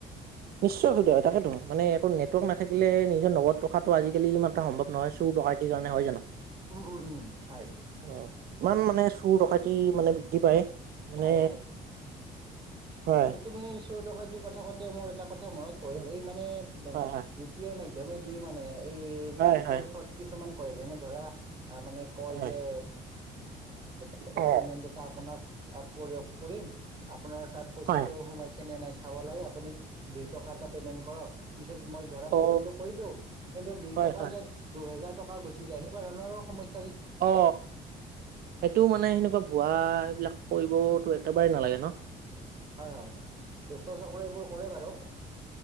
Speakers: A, on the right (about 65°); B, on the right (about 30°).
A: নিশ্চয় অসুবিধা হয় তাকেতো মানে নেটৱৰ্ক নাথাকিলে নিজৰ নত ৰখাটো আজিকি ই এটা সম্ভৱ নহয় চুৰ দৰকাৰটিৰ কাৰণে হয় জানো
B: উম উম উম হয়
A: অ ইমান মানে চুৰ টকাতি মানে বৃদ্ধি পায় মানে
B: হয় হয়
A: হয়
B: এই তুমি ট য কথা কাতে মোৰ এটা কথা মনত পৰিল
A: উম
B: এই মানে
A: হয় হয়
B: ইউ পি আইৰ মাধ্যমে যি মানে এই
A: হয়
B: ডিজিটেল
A: হয়
B: ফ্ৰড কিছুমান কৰে যেনে ধৰা মানে কয়
A: হয়
B: যে তাতে
A: অ
B: পে'মেণ্ট এটা আপোনাক কৰি কৰিম আপোনাৰ তাত পইচাটো
A: হয়
B: সোমাইছে নে নাই চাব লাগে আপুনি দুই টকা এটা পেমেন্ট কৰক পিছত মই ধৰা পে'মেণ্টটো
A: অ
B: কৰি দিওঁ কিন্তু দুই
A: হয়
B: টকা
A: হয়
B: য দুহেজাৰ টকা গুচি য সনেুৱাৰণৰ সমস্য
A: অ সেইটো মানে সেনেকুৱা ভুৱা এইবিলাক কৰিবতো একেবাৰেই নালাগে ন
B: হয় হয় দুষ্ট চকৰে এইবোৰ কৰে বাৰু